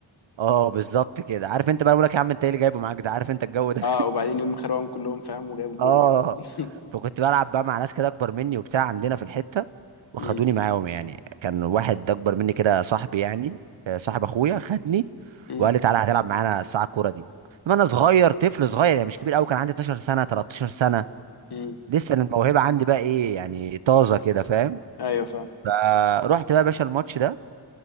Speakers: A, on the right; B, on the left.
A: اه بالظبط كده عارف انت بقى بقول لك يا عم انت ايه اللي جايبه معاك ده عارف انت الجو ده
B: اه وبعدين يوم خربهم كلهم فاهم
A: <laughs>
B: وجايب جول
A: اه
B: <laughs>
A: فكنت بلعب بقى مع ناس كده اكبر مني وبتاع عندنا في الحته وخدوني
B: مم.
A: معاهم يعني كان واحد اكبر مني كده صاحبي يعني آه، صاحب اخويا خدني
B: مم.
A: وقال لي تعالى هتلعب معانا الساعه الكوره دي لما انا صغير طفل صغير يعني مش كبير قوي كان عندي 12 سنه 13 سنه
B: مم.
A: لسه الموهبه عندي بقى ايه يعني طازه كده فاهم
B: ايوه فاهم
A: فرحت بقى يا باشا الماتش ده